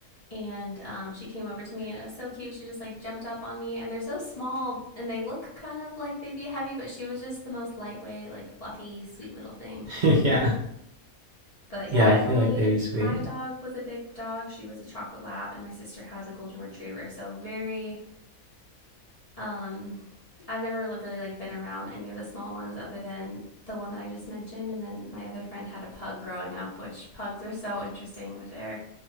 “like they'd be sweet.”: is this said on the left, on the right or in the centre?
Right